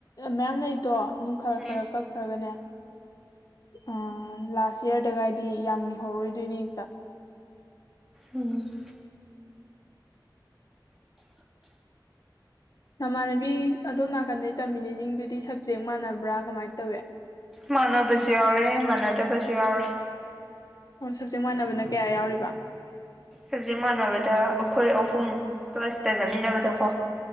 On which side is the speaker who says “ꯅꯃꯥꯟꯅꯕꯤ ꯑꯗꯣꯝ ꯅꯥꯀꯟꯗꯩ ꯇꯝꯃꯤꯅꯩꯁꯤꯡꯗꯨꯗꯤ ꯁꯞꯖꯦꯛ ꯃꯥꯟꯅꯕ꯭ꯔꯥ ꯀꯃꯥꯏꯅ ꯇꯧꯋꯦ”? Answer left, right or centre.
Left